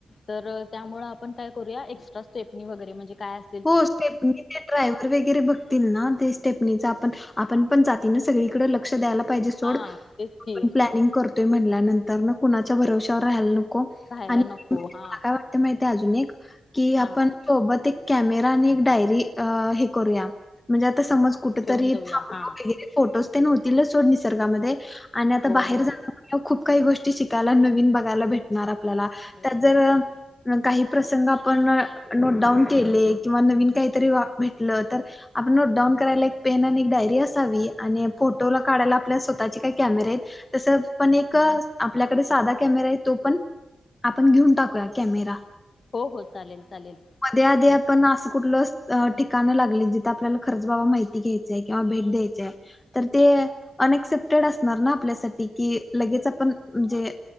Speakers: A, on the left (about 45°); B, on the left (about 20°).
A: तर त्यामुळे आपण काय करूया, एक्स्ट्रा स्ट्रेपनी वगैरे म्हणजे काय अस
B: हो, स्टेपनी ते ड्रायवर वगैरे बघतील ना ते स्टेपनीच, आपण आपण पण जाती सगळीकडे लक्ष द्यायला पाहिजे सोड.
A: हा तेच
B: आपण
A: की
B: प्लानिंग करतोय म्हणल्यानंतर कुणाच्या भरवश्यावर राहायला नको.
A: राहायला
B: आणि
A: नको
B: मला
A: हा
B: काय वा माहितीहे अजून एक, की
A: हा
B: आपण सोबत एक कॅमेरा आणि एक डायरी अं हे करूया, म्हणजे आता समज कुठ
A: ठेऊन
B: तरी
A: जाऊया
B: थांबलो
A: हा
B: वगैरे, फोटोज ते होतीलच सोड निसर्गामध्ये, आणि आता
A: होय
B: बाहेर
A: होय
B: जाण खूप काही गोष्टी शिकायला, नवीन बघायला, भेटणार आपल्याला
A: होय
B: त्यात जर
A: होय बरोबर.
B: काही प्रसंग आपण अ नोटडाऊन केले, किंवा नवीन काहीतरी वाक्य भेटलं तर आपण नोटडाऊन करायला एक पेन आणि एक डायरी असावी. आणि फोटोला काढायला आपल्या स्वतःचे काही कॅमेरे तस पण एक, आपल्याकडे साधा कॅमेरा आहे तो पण आपण घेऊन टाकूया कॅमेरा.
A: हो हो चालेल, चालेल.
B: त्या आधी आपण असं कुठलं ठिकाणं लागली, जिथे आपल्याला खरच बाबा माहिती घ्यायचय, किंवा भेट द्यायचीय तर ते अनएक्सेप्टेड असणार ना आपल्यासाठी, कि लगेच आपण म्हणजे